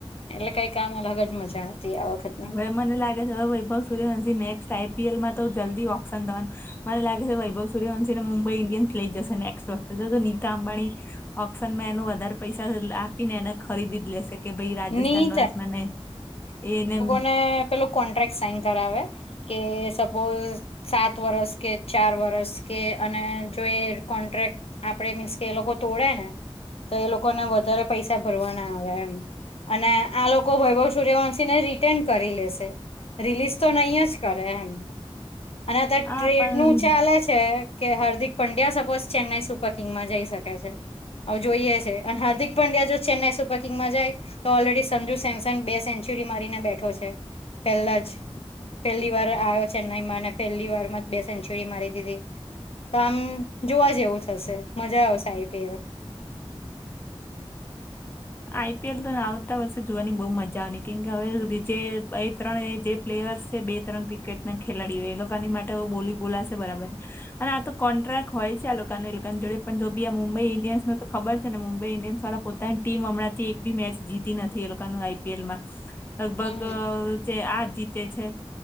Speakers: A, on the left; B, on the left.
A: એટલે કંઈક આમ અલગ જ મજા હતી આ વખતે
B: હવે મને લાગે છે હવે વૈભવ સૂર્યવંશી નેક્સ્ટ આઈપીએલમાં તો જલ્દી ઓપ્શન થવાનું મને લાગે છે વૈભવ સૂરવંશ ને મુંબઈ ઇન્ડિયન્સ લઈ જશે નેક્સ વખતે જ તો નીતા આંબાણી ઓક્શનમાં એનું વધારે પૈસા આપીને એને ખરીદી જ લેશે કે ભાઈ રાજસ્થાન
A: ની
B: રોયલ્સ મને એને
A: ને પેલું કોન્ટ્રાક્ટ સાઈન કરાવે કે સપોઝ સાત વર્ષ કે ચાર વર્ષ કે અને જો એ કોન્ટ્રાક્ટ આપણે મીન્સ કે એ લોકો તોડેને તો એ લોકોને વધારે પૈસા ભરવાના આવે એમ. અને આ લોકો વૈભવ સૂર્યવંશીને રિટર્ન કરી લેશે. રિલીઝ તો નહી એ જ કરે એમ. અને અત્યારે ટ્રેડનું
B: આ પણ
A: ચાલે છે કે હાર્દિક પંડ્યા સપોઝ ચેન્નાઈ સુપર કિંગમાં જઈ શકે છે. અવે જોઈએ છે અને હાર્દિક પંડ્યા જો ચેન્નાઈ સુપર કિંગમાં જાય તો ઓલરેડી સંજુ સેમસન બે સેન્ચુરી મારીને બેઠો છે, પહેલા જ. પહેલી વાર આવ્યો ચેન્નાઈમાં અને પહેલી વારમાં જ બે સેન્ચુરી મારી દીધી. તો આમ જોવા જેવું થશે મજા આવશે I. P. L.
B: I. PL. તો આવતા વર્ષે જોવાની બહુ મજા આવવાની કેમકે હવે જે બે ત્રણ જે પ્લેયર્સ છે. બે ત્રણ ક્રિકેટના ખેલાડીઓ એ લોકોની માટે તો બોલી બોલાશે બરાબર. અને આ તો કોન્ટ્રાક્ટ હોય છે આ લોકોને એ લોકા ની જોડે પણ તો પણ આ મુંબઈ ઇન્ડિયન્સ ને તો ખબર છે ને મુંબઈ ઇન્ડિયન્સ પોતાની ટીમ હમણાં થી એક પણ મેચ જીતી નથી એ લોકોનું આઈ. પી. એલ. માં લગભગ
A: હમ
B: જે આ જીતે છે,